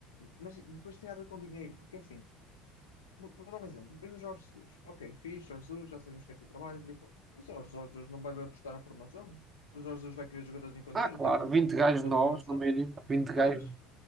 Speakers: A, on the left; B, on the right.
A: Mas depois tem a ver com dinheiro, porque assim, vou vou dar um exemplo. Vem o Jorge Jesus. Ok, fixe, Jorge Jesus, já sabemos o que é que ele trabalha, por aí fora. Mas o Jorge Jesus não vai apostar na formação. O Jorge Jesus vai querer jogadores em condições,
B: Ah, claro,
A: até pode
B: 20
A: pôr um
B: gajos
A: ou outro da
B: novos
A: formação.
B: no mínimo, vinte
A: Pois.
B: gajos.